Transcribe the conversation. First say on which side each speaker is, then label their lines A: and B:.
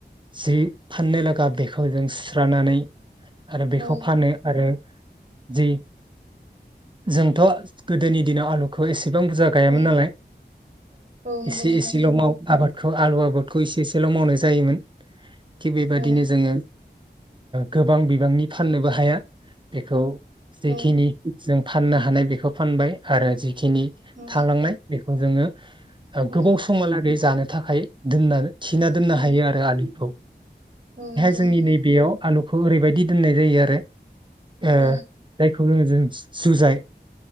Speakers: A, on the right (about 25°); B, on the right (about 45°).
A: जि फाननो लागा बे खौ जों सुस्रानानै आरो बेखौ
B: औ
A: फानो आरो जि जोंथ गोदोनि दिनाव आलुखौ एसे बां बुरजा गायामोन
B: औ
A: नालाय
B: औ नंगौ
A: एसे
B: नोंथां
A: एसेल मावो आबाद बेखौ आलु आबादखौ इसे एसेल मावनाय जायोमोन। थिग बेबायदिनो
B: औ
A: जोङो गोबां बिबांनि फाननोबो हाया बेखौ जेखिनि
B: औ
A: जों फाननो हानाय बेखौ फानबाय आरो जि खिनि
B: औ
A: थालांनाय बे खौ जोङो
B: औ
A: गोबाव समा लागै जानो थाखाय दोनना खिना दोननो
B: औ
A: हायो आरो आलिखौ
B: औ
A: जोंनि
B: नोंथां
A: नैबेयाव आलु बेखौ ओरैबायदि दोननाय जायो आरो ए
B: औ
A: जायखौ होनो जों जुजाय